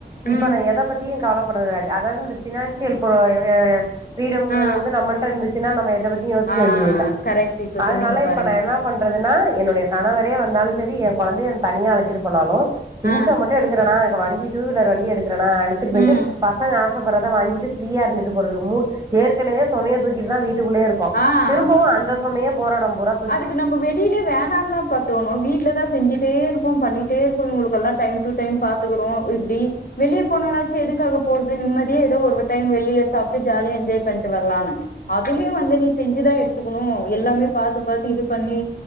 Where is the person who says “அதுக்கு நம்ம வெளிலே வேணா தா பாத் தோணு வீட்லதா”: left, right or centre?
Left